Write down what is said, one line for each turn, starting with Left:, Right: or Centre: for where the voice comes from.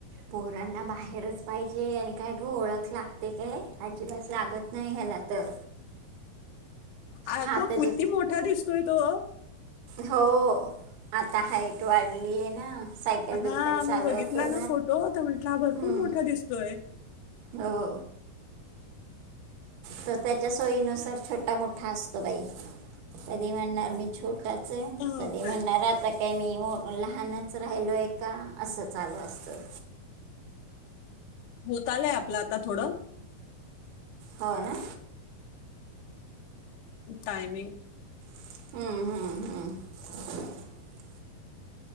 Right: पोरांना बाहेरच पाहिजे, आणि काय ओळख लागते काय, अजिबात लागत नाही. <unintelligible> तर.
Left: आग
Right: हा तर
Left: किती
Right: जे
Left: मोठा दिसतोय तो
Right: हो आता हाईट वाढलीय ना सायकल बिकल
Left: हा मी
Right: चालवतो
Left: बघितला ना फोटो, तर म्हटला हा भरपूर
Right: हम्म
Left: मोठा दिसतोय.
Right: हो. तो त्याच्या सोयीनुसार छोटा-मोठा असतो बाई कधी म्हणणार मी छोटाच आहे,
Left: हो
Right: कधी
Left: काय
Right: म्हणणार आता काय मी लहानच राहिलोय का असं चालू असतं
Left: होत आलय आपलं आता थोडं
Right: हो ना.
Left: टायमिंग
Right: हम्म. हम्म. हम्म.